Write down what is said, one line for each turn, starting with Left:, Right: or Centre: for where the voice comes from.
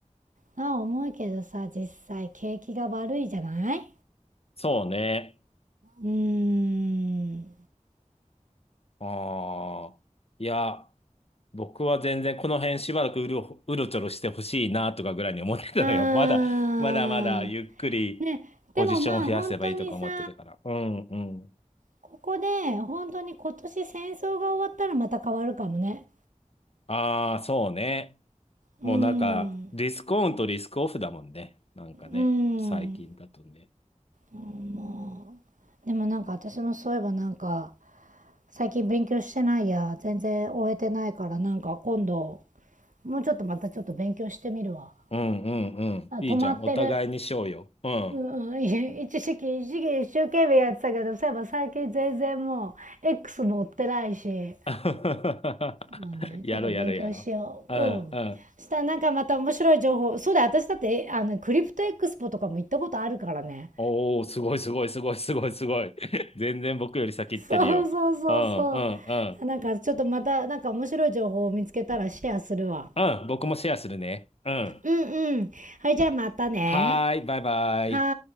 Right: あ思うけどさ実際景気が悪いじゃない
Left: そうね。
Right: うーん
Left: ああ。いや、僕は全然この辺しばらくうろ、うろちょろしてほしいなとかぐらいに思ってたのよ。
Right: あー
Left: <laughs> まだ、まだまだゆっくりポジションを増やせばいいとか思ってたから。
Right: ね、でもまあ本当にさ、
Left: うんうん。
Right: ここで本当に今年戦争が終わったらまた変わるかもね。
Left: ああ、そうね。
Right: うー
Left: もうなんか、
Right: ん、
Left: リスクオンとリスクオフだもんね。なんかね、
Right: うー
Left: 最近だとね。
Right: ん、もう。でもなんか私もそういえばなんか、最近勉強してないや、全然終えてないからなんか今度、もうちょっとまたちょっと勉強してみるわ。
Left: うんうんうん。
Right: あ、
Left: いいじゃん。
Right: 止まってる。
Left: お互いにしようよ。うん。
Right: うん、い一時期、一時期一生懸命やってたけど、そういえば最近全然もう、X 持ってないし、
Left: <laughs>
Right: そうね、
Left: やろやろやろう。
Right: ちょっと勉強しよう。
Left: んうん。
Right: うん。したらなんかまた面白い情報。そうだよ、私だってあのクリプトエクスポとかも行ったことあるからね。
Left: おお、すごいすごいすごいすごいすごい。<laughs> 全然僕より先行ってるよ。
Right: そうそうそうそ
Left: うんうんうん。
Right: う。なんかちょっとまたなんか面白い情報を見つけたらシェアするわ。
Left: うん、僕もシェアするね。うん。
Right: うんうん。はい、じゃあまたね。
Left: はーい、バイバイ。
Right: は